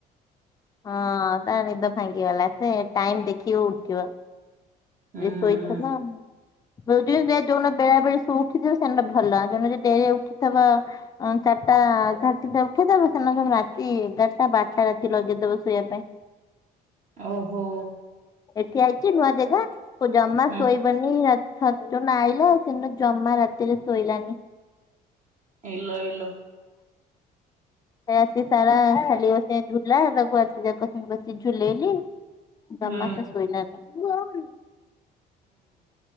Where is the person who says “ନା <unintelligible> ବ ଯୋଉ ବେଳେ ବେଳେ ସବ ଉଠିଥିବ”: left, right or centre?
Left